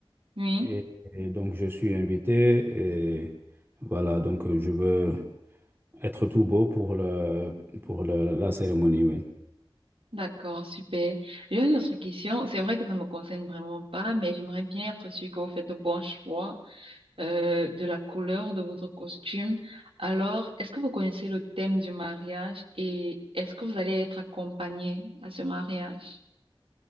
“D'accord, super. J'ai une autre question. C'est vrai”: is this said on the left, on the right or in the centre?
Right